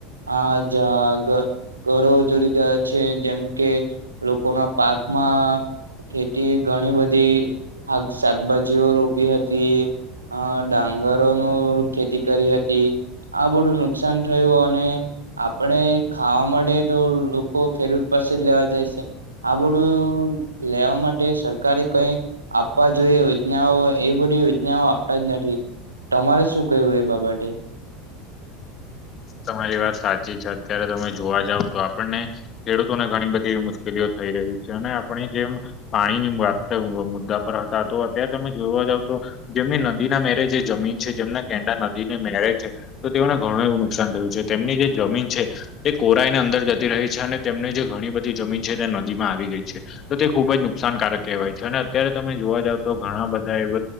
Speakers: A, on the right; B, on the left.
A: હા જ ઘર ઘરો ઉજડી ગયા છે જેમ કે લોકો ના પાકમાં ખેતી ઘણી બધી શાકભાજીઓ રોપ પી હતી, અહ ડાંગરો નો ખેતી કરી હતી. આ બધું નુકસાન થયું, અને આપણે ખાવા માટે તો લોકો ખેડૂત પાસે જ લેવા જાય સે. આ બધું લેવા માટે સરકારે કઈ આપવા જોઈએ યોજનાઓ એવી બધી યોજનાઓ આપતા જ નથી. તમારે શું કેવું એ બાબતે?
B: તમારી વાત સાચી છે. અત્યારે તમે જોવા જાવ તો આપણને ખેડૂતોને ઘણી બધી એવી મુશ્કેલીઓ થઈ રહી છે. અને આપણે જેમ પાણીની વાત મ મુદ્દા પર હતા. તો અત્યારે તમે જોવા જાવ તો જેમની નદી ના મેરે જે જમીન છે, જેમના કેંડા નદીને મેરે છે, તો તેઓને ઘણું એવું નુકસાન થયું છે. તેમની જે જમીન છે તે કોરાઈ ને અંદર જતી રહી છે, અને તેમને જે ઘણી બધી જમીન છે, તે નદી માં આવી ગઈ છે. તો તે ખૂબ જ નુકસાનકારક કહેવાય છે. અને અત્યારે તમે જોવા જાવ તો ઘણા બધા એવ